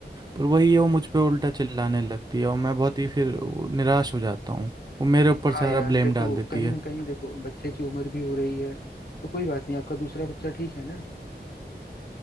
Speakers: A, on the right; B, on the left.
A: पर वही है वो मुझ पे उल्टा चिल्लाने लगती है और मैं बहुत ही फिर वो निराश हो जाता हूँ वो मेरे ऊपर
B: हाँ
A: सारा
B: यार
A: ब्लेम
B: देखो
A: डाल देती
B: कहीं
A: है
B: ना कहीं देखो बच्चे की उम्र भी हो रही है तो कोई बात नहीं आपका दूसरा बच्चा ठीक है ना